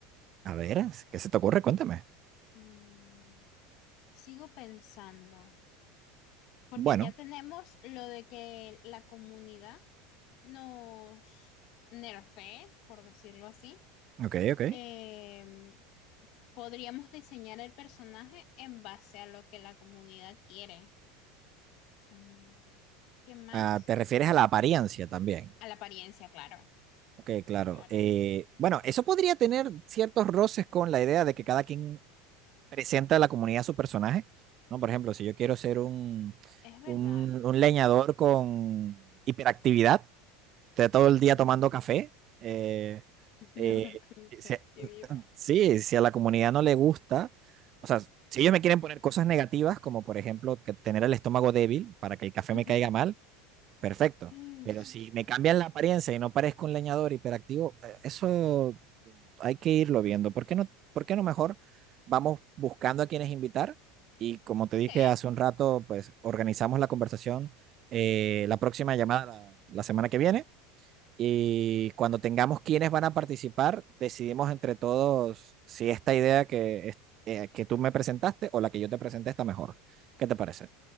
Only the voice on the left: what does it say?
Mm, sigo pensando, porque
ya tenemos lo de que la comunidad nos nerfee, por decirlo así
em, podríamos diseñar el personaje en base a lo que la comunidad quiere. Mm, ¿Qué más?
A la apariencia, claro,
claro.
Es verdad.
Mm,
<laughs> Soñador
con esta
actividad.
Ujú.
Mm,
Ok,